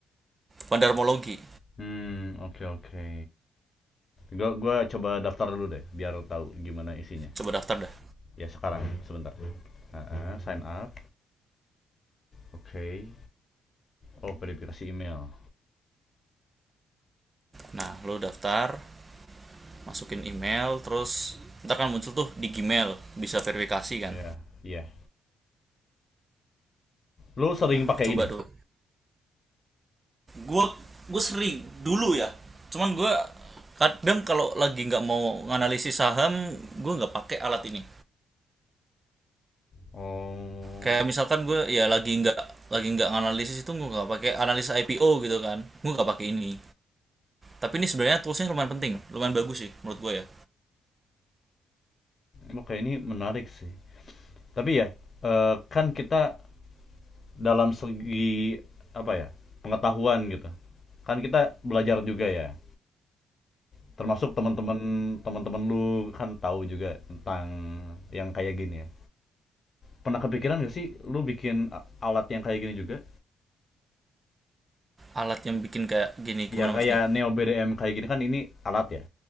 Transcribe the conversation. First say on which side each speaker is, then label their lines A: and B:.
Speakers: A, on the right; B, on the left.
A: Bandarmologi.
B: Hmm, oke oke. Gua gua coba daftar dulu deh biar tahu gimana isinya.
A: Coba daftar dah.
B: Ya sekarang sebentar. Ah, ah, sign up. Oke. Okay. Oh, verifikasi email.
A: Nah, lu daftar, masukin email terus ntar kan muncul tuh di Gmail bisa verifikasi kan
B: Ya, yeah. iya. Yeah. lo sering
A: Nah,
B: pakai
A: coba
B: ini?
A: dulu gue gue sering dulu ya cuman gue kadang kalau lagi nggak mau nganalisis saham gue nggak pakai alat ini
B: Oh.
A: kayak misalkan gue ya lagi nggak lagi nggak nganalisis itu gue nggak pakai analisa IPO gitu kan gue nggak pakai ini tapi ini sebenarnya toolsnya lumayan penting lumayan bagus sih menurut gue ya
B: Oke, ini menarik sih. Tapi ya, eh, kan kita dalam segi apa ya? Pengetahuan gitu. Kan kita belajar juga ya. Termasuk teman-teman teman-teman lu kan tahu juga tentang yang kayak gini ya. pernah kepikiran gak sih lu bikin alat yang kayak gini juga?
A: alat yang bikin kayak gini gimana
B: Ya
A: maksudnya
B: kayak Neo BDM kayak gini kan ini alat ya.